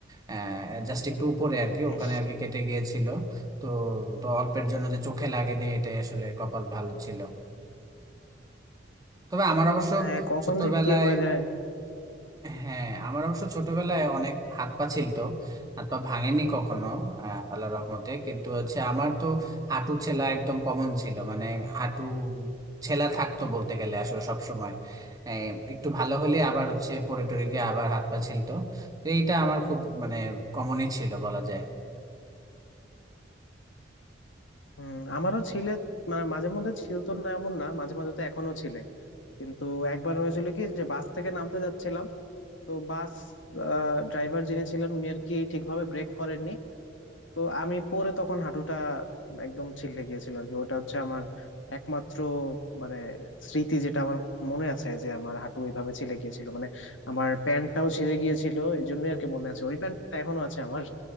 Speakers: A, on the right; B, on the left.
A: আহ জাস্ট একটু উপরে আর কি ওখানে
B: ইস
A: আর কি কেটে গিয়েছিল তো তো অল্পের জন্য যে চোখে লাগেনি এটাই আসলে কপাল ভালো ছিল তবে আমার অবশ্য
B: হ্যাঁ কখন
A: ছোটবেলায়
B: যে কি হয়ে যায়
A: হ্যাঁ আমার অবশ্য ছোটবেলায় অনেক হাত পা ছিলতো হাত পা ভাঙেনি কখনো আহ, আল্লাহর রহমতে কিন্তু হচ্ছে আমার তো হাঁটু ছেলা একদম কমন ছিল মানে হাঁটু ছেলা থাকতো বলতে গেলে আসলে সব সময় একটু ভালো হলে আবার হচ্ছে পড়ে টরে গিয়ে আবার হাত পা ছিলতো তো এইটা আমার খুব মানে কমনই ছিল বলা যায়
B: হুম আমারও ছিলে মানে মাঝে মধ্যে ছিলতো না এমন না মাঝে মাঝে তো এখনো ছিলে কিন্তু একবার হয়েছিল কি যে বাস থেকে নামতে যাচ্ছিলাম তো বাস ড্রাইভার যিনি ছিলেন উনি আর কি ঠিকভাবে ব্রেক করেননি তো আমি পরে তখন হাঁটুটা একদম ছিলে গিয়েছিল আর কি ওটা হচ্ছে আমার একমাত্র মানে স্মৃতি যেটা আমার মনে আছে যে আমার হাঁটু এইভাবে ছিলে গিয়েছিল মানে আমার প্যান্টটাও ছিঁড়ে গিয়েছিল এই জন্যই আর কি মনে আছে ওই প্যান্টটা এখনো আছে আমার